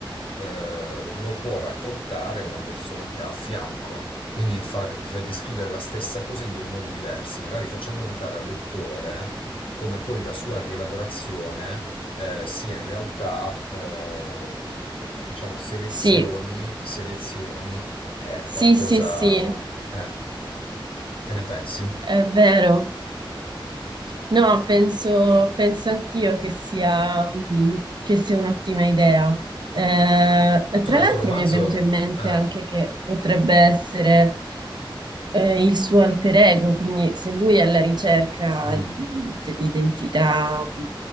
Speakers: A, on the left; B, on the right.
A: eh, lo può raccontare una persona che ha a fianco. Quindi far- cioè, descrivere la stessa cosa in due modi diversi, magari facendo notare al lettore come poi la sua rielaborazione eh, sia in realtà, eh, diciamo, selezioni,
B: Sì,
A: selezioni è
B: sì,
A: qualcosa...
B: sì, sì,
A: eh. Che ne pensi?
B: è vero. No, penso, penso anch'io che sia, mm, che sia un'ottima idea. Eh,
A: Tu
B: tra
A: nel
B: l'altro
A: tuo romanzo...
B: mi è venuto in mente
A: eh,
B: anche che potrebbe essere, eh, il suo alter ego, quindi se lui è alla ricerca
A: mm,
B: mm, dell'identità, mm,